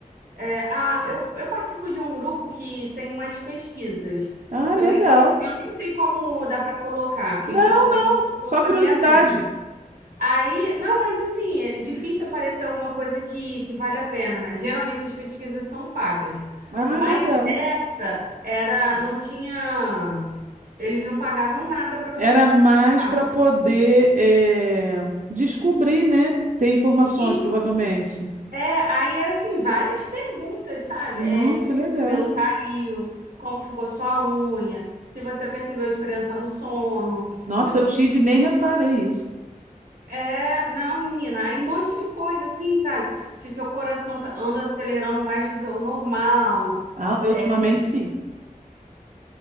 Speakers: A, on the right; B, on the right.
A: é a, eu, eu participo de um grupo que tem umas pesquisas.
B: Ah,
A: Eu
B: legal.
A: nem, sei- eu nem sei como dá para colocar. Quem
B: Não,
A: colocou, quem colocou
B: só
A: foi
B: curiosidade.
A: minha amiga. Aí, não, mas assim, é difícil aparecer alguma coisa que, que vale a pena, né? Geralmente as pesquisas são pagas.
B: Ah,
A: Mas
B: legal.
A: essa era, não tinha, eles não pagavam nada para você
B: Era
A: participar.
B: mais para poder eh, descobrir, né? Ter informações,
A: Isso.
B: provavelmente.
A: É, aí era assim, várias perguntas, sabe?
B: Nossa,
A: É, se o
B: legal.
A: seu cabelo caiu, como ficou sua unha, se você percebeu a diferença no sono,
B: Nossa,
A: se você
B: eu tive e nem reparei isso.
A: É, não, menina, aí um monte de coisa assim, sabe? Se seu coração tá- anda acelerando mais do que o normal,
B: Ah, o meu
A: é,
B: ultimamente sim.